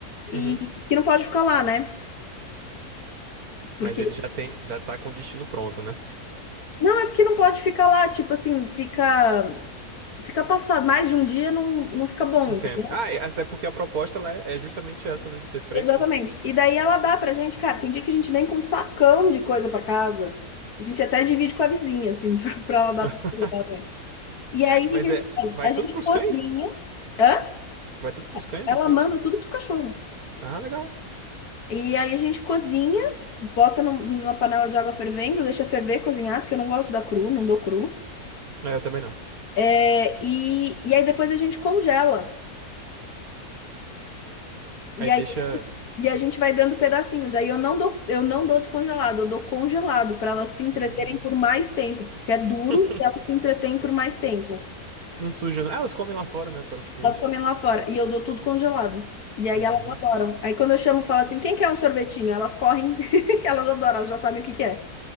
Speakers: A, on the left; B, on the right.
A: e
B: Uhum.
A: que não pode ficar lá, né? Porque,
B: Mas ele já tem, já tá com o destino pronto, né?
A: não, é porque não pode ficar lá, tipo assim, fica Fica passado, mais de um dia não, não fica bom,
B: Entendo.
A: entendeu?
B: Ah, e até porque a proposta lá é é justamente essa, né? De ser fresco.
A: Exatamente. E daí ela dá pra gente, cara, tem dia que a gente vem com um sacão de coisa pra casa. A gente até divide com a vizinha, assim, <laughs> pra, pra ela dar
B: <laughs>
A: pros cachorros. E aí, o que
B: Mas
A: que a
B: é,
A: gente faz?
B: vai
A: A gente
B: tudo pros
A: cozinha,
B: cães?
A: hã?
B: Vai tudo pros cães,
A: Ela
B: isso
A: manda
B: aí?
A: tudo pros cachorros.
B: Ah, legal.
A: E aí a gente cozinha, bota num- numa panela de água fervendo, deixa ferver, cozinhar, porque eu não gosto da cru, não dou cru.
B: É, eu também não.
A: É, e, e aí depois a gente congela.
B: Aí
A: e aí
B: deixa.
A: E a gente vai dando pedacinhos. Aí eu não dou, eu não dou descongelado, eu dou congelado para elas se entreterem
B: Hum.
A: por mais tempo, porque é duro
B: <laughs>
A: e elas se entretêm por mais tempo.
B: Não suja, não. Ah, elas comem lá fora, né, praticamente.
A: Elas comem lá fora e eu dou tudo congelado. E aí
B: Uhum.
A: elas adoram. Aí quando eu chamo, falo assim: quem quer um sorvetinho? Elas correm, <laughs> elas adoram, elas já sabem o que que é.